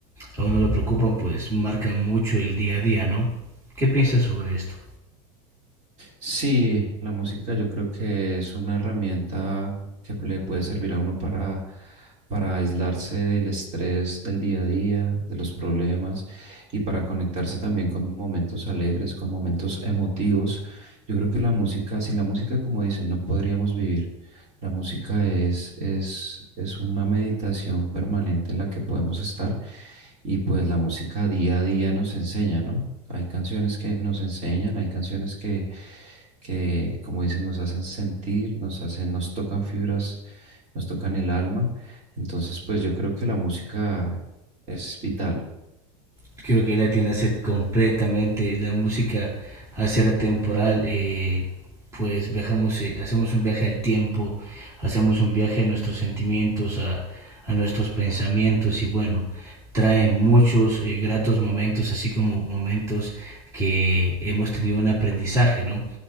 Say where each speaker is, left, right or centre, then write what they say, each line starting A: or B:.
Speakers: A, on the right; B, on the right.
A: a uno lo preocupan, pues marcan mucho el día a día, ¿no? ¿Qué piensas sobre esto?
B: Sí, la música yo creo que es una herramienta que le puede servir a uno para, para aislarse del estrés del día a día, de los problemas y para conectarse también con momentos alegres, con momentos emotivos. Yo creo que la música, sin la música, como dicen, no podríamos vivir. La música es, es, es una meditación permanente en la que podemos estar y pues la música día a día nos enseña, ¿no? Hay canciones que nos enseñan, hay canciones que que, como dicen, nos hacen sentir, nos hacen, nos tocan fibras, nos tocan el alma. Entonces, pues yo creo que la música es vital.
A: creo que la tiene a ser completamente la música al ser atemporal eh, pues viajamos eh, hacemos un viaje al tiempo hacemos un viaje a nuestros sentimientos a, a nuestros pensamientos y bueno trae muchos eh, gratos momentos así como momentos que hemos tenido un aprendizaje no